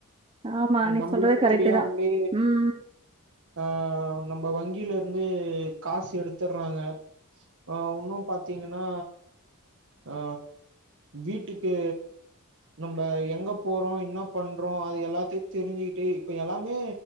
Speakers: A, on the right; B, on the right.
A: ஆமா. நீங்க
B: நம்மளுக்கு
A: சொல்றது கரெக்ட்டு
B: தெரியாமலே
A: தான். ம்.
B: ஆ நம்ம வங்கில இருந்து காசு எடுத்துர்றாங்க ஆ ஒண்ணு பாத்தீங்கன்னா அ வீட்டுக்கு நம்ப எங்க போறோ என்ன பண்றோ அது எல்லாத்தையு தெருஞ்சுக்கிட்டு இப்ப எல்லாமே